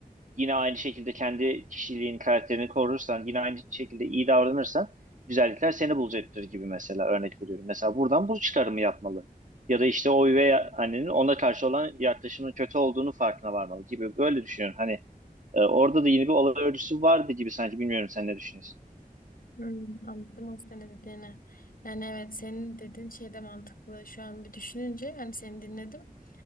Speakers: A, on the right; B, on the left.
A: yine aynı şekilde kendi kişiliğin, karakterini korursan, yine aynı şekilde iyi davranırsan güzellikler seni bulacaktır gibi mesela örnek veriyorum. Mesela buradan bu çıkarımı yapmalı. Ya da işte o üvey annenin ona karşı olan yaklaşımının kötü olduğunu farkına varmalı gibi. Böyle düşünüyorum. Hani e, orada da yine bir olay örgüsü vardı gibi sanki. Bilmiyorum sen ne düşünüyorsun?
B: Hmm, anladım aslında ne dediğini. Yani evet senin dediğin şey de mantıklı. Şu an bir düşününce hani seni dinledim.